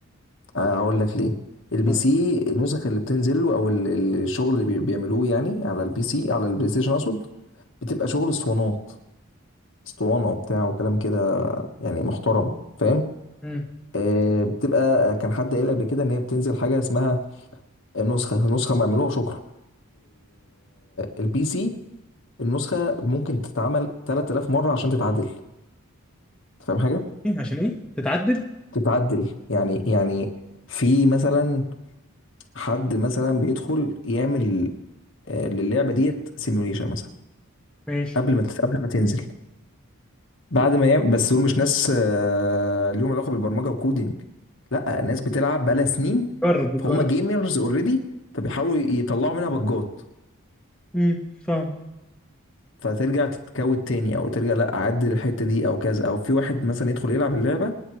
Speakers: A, on the left; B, in the centre.
A: هقول لك ليه البي
B: أرخص؟
A: سي النسخ اللي بتنزل له او ال- ال- الشغل اللي بي- بيعملوه يعني على البي سي على البلاي ستيشن اقصد بتبقى شغل اسطوانات اسطوانة وبتاع وكلام كده يعني محترم فاهم
B: امم
A: آه بتبقى كان حد قايل قبل كده ان هي بتنزل حاجة اسمها نسخة نسخة معمولوها شكرا البي سي النسخه ممكن تتعمل 3000 مره عشان تتعدل أنت فاهم حاجه
B: إيه عشان ايه تتعدل
A: تتعدل يعني يعني في مثلا حد مثلا بيدخل يعمل آه، للعبه ديت سيميوليشن مثلا
B: ماشي
A: قبل ما تت- قبل ما تنزل بعد ما يعمل بس دول مش ناس آه، ليهم علاقه بالبرمجه وكودينج لا ناس بتلعب بقالها سنين
B: جرب بتجرب
A: فهم جيمرز اوريدي فبيحاولوا يطلعوا منها بجات
B: امم فاهم
A: فترجع تتكود تاني او ترجع لا اعدل الحته دي او كذا او في واحد مثلا يدخل يلعب اللعبه